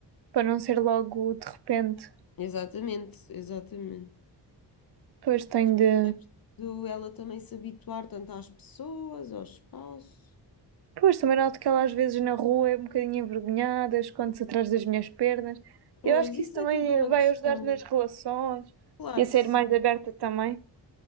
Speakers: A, on the right; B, on the left.
A: para não ser logo de repente.
B: Exatamente, exatamente.
A: Pois tenho
B: Isto
A: de.
B: É preciso ela também se habituar tanto às pessoas, ao espaço.
A: Pois também noto que ela às vezes na rua é um bocadinho envergonhada, esconde-se atrás das minhas pernas.
B: Pois,
A: Eu acho que
B: isso
A: isso também
B: é tudo uma
A: vai
B: questão.
A: ajudar nas relações
B: Claro
A: e a ser
B: que sim.
A: mais aberta também.